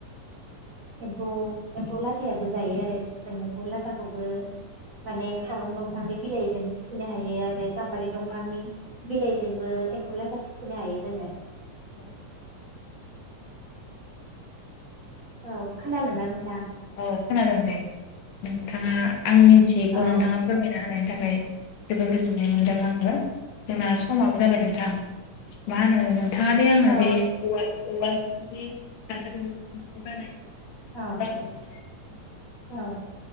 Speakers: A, on the right; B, on the left.
A: एम्फौ एमफौ लाथ थायाबो जायो आरो जों एम्फौ लाथाखौबो माने खारं दंफांनि बिलाइजों फिसिनो हायो आरो गाम्बारि दंफांनि बिलाइजोंबो एम्फौ लाथा फिसिनो हायो जोङो।
B: औ।
A: औ खोनादों ना न?
B: औ खोनादों दे। नोंथाङा आं मिन्थियैखौ
A: औ
B: नोंथाङा फोरमायना होनायन थाखाय जोबोर गोजोननाय मोनदों आङो जोंना समाबो जाबाय नोंथां मा होनो थाङादि आङो
A: औ
B: आंनो बे ओवाल औवाल से खान्थाल बिफांजों बानायो। <unintelligible>
A: औ
B: <unintelligible>
A: औ